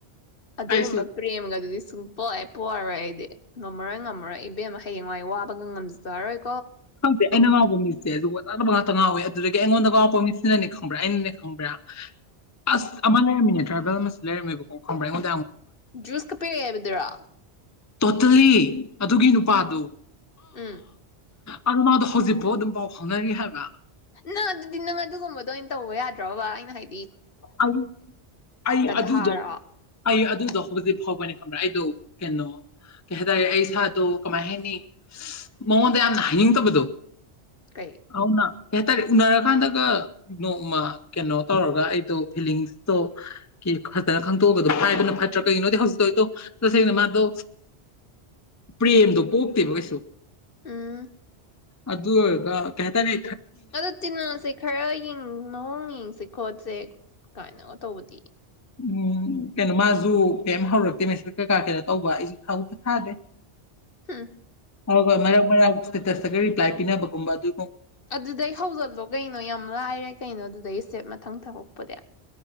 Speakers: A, on the left; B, on the left.
A: ꯑꯗꯨꯒꯨꯝꯕ
B: ꯑꯩꯁꯨ
A: ꯄ꯭ꯔꯦꯝꯒꯗꯨꯗꯤ ꯁꯨꯡ ꯄꯣꯛ ꯑꯦ ꯄꯣꯛꯑꯥꯔꯣꯏ ꯑꯩꯗꯤ ꯉꯝꯃꯔꯣꯏ ꯉꯝꯃꯔꯣꯏ ꯏꯕꯦꯝꯃꯥ ꯍꯌꯦꯡꯋꯥꯏ ꯋꯥꯕꯒ ꯉꯝꯖꯔꯔꯣꯏ
B: ꯈꯪꯗꯦ ꯑꯩꯅ ꯉꯥꯎꯕ ꯃꯤꯁꯦ ꯖꯨꯒꯣꯠ ꯆꯥꯗꯕ ꯉꯥꯛꯇ ꯉꯥꯎꯋꯦ ꯑꯗꯨꯗꯒꯤ ꯑꯩꯉꯣꯟꯗ ꯉꯥꯎꯔꯛꯄ ꯃꯤꯁꯤꯅꯅꯦ ꯈꯪꯕꯔꯥ ꯑꯩꯅꯅꯦ ꯈꯪꯕꯔꯥ ꯑꯁ ꯑꯃꯥ ꯂꯩꯔꯝꯃꯤꯅꯦ ꯇ꯭ꯔꯥꯏꯕꯦꯜ ꯑꯃꯁꯨ ꯂꯩꯔꯝꯃꯦꯕꯀꯣ ꯈꯪꯕꯔꯥ ꯑꯩꯉꯣꯟ
A: ꯖꯨꯁꯀ ꯄꯤꯔꯛꯑꯦ ꯍꯥꯏꯕꯗꯨꯔꯣ
B: ꯇꯣꯇꯦꯜꯂꯤ ꯑꯗꯨꯒꯤ ꯅꯨꯄꯥꯗꯨ
A: ꯎꯝ
B: ꯑꯗ ꯃꯥꯗꯣ ꯍꯧꯖꯤꯛꯐꯥꯎ ꯑꯗꯨꯝ ꯄꯥꯎ ꯐꯥꯎꯅꯔꯤ ꯍꯥꯏꯕ
A: ꯅꯪ ꯑꯗꯨꯗꯤ ꯅꯪ ꯑꯗꯨꯒꯨꯝꯕꯗꯣ ꯑꯣꯏꯅ ꯇꯧꯕ ꯌꯥꯗꯔꯣꯕ ꯑꯩꯅ ꯍꯥꯏ
B: ꯑꯩ ꯑꯩ
A: ꯒꯙꯥꯔꯣ
B: ꯑꯗꯨꯗꯣ ꯑꯩ ꯑꯗꯨꯗꯣ ꯍꯧꯖꯤꯛ ꯐꯥꯎꯕꯅꯦ ꯈꯪꯕꯔꯥ ꯑꯩꯗꯣ ꯀꯩꯅꯣ ꯀꯩ ꯍꯥꯏꯇꯥꯔꯦ ꯑꯩ ꯏꯁꯥꯗꯣ ꯀꯃꯥꯏ ꯍꯥꯏꯅꯤ ꯃꯉꯣꯟꯗ ꯌꯥꯝꯅ ꯍꯥꯏꯅꯤꯡꯗꯕꯗꯣ
A: ꯀꯩ
B: ꯑꯧꯅ ꯀꯩ ꯍꯥꯏꯇꯥꯔꯦ ꯎꯅꯔꯀꯥꯟꯗꯒ ꯅꯣꯡꯃ ꯀꯩꯅꯣ ꯇꯧꯔꯒ ꯑꯩꯗꯣ ꯐꯤꯂꯤꯡꯁꯇꯣ ꯀꯤ ꯐꯖꯅ ꯈꯪꯗꯣꯛꯑꯒꯗꯣ ꯍꯥꯏꯕꯅ ꯐꯠꯇ꯭ꯔꯥ ꯀꯩꯒꯤꯅꯣꯗꯤ ꯍꯧꯖꯤꯛꯇꯣ ꯑꯩꯗꯣ ꯇꯁꯦꯡꯅ ꯃꯥꯗꯣ ꯄ꯭ꯔꯦꯝꯗꯣ ꯄꯣꯛꯇꯦꯕ ꯀꯩꯁꯨ
A: ꯎꯝ
B: ꯑꯗꯨ ꯑꯣꯏꯔꯒ ꯀꯩ ꯍꯥꯏꯇꯥꯅꯤ
A: ꯑꯗꯣ ꯇꯤꯅꯥꯁꯦ ꯈꯔ ꯌꯦꯡ ꯃꯑꯣꯡ ꯌꯦꯡꯁꯦ ꯈꯣꯠꯁꯦ ꯀꯥꯏꯅꯒ ꯇꯧꯕꯗꯤ
B: ꯎꯝ ꯀꯩꯅꯣ ꯃꯥꯖꯨ ꯀꯩꯝ ꯍꯧꯔꯛꯇꯦ ꯃꯦꯁꯦꯠꯁ ꯀꯩꯀꯥ ꯀꯩꯅꯣ ꯇꯧꯕ ꯑꯩꯁꯨ ꯍꯧꯗꯦ ꯊꯥꯗꯦ
A: ꯍꯝ
B: ꯑꯗꯨꯒ ꯃꯔꯛ-ꯃꯔꯛ ꯏꯁꯇꯦꯇꯁꯇꯒ ꯔꯤꯄ꯭ꯂꯥꯏ ꯄꯤꯅꯕꯒꯨꯝꯕ ꯑꯗꯨ
A: ꯑꯗꯨꯗꯩ ꯍꯧꯖꯤꯜꯂꯣ ꯀꯩꯅꯣ ꯌꯥꯝ ꯂꯥꯏꯔꯦ ꯀꯩꯅꯣ ꯑꯗꯨꯗꯒꯤ ꯁꯇꯦꯞ ꯃꯊꯪ ꯊꯃꯛꯄꯗꯤ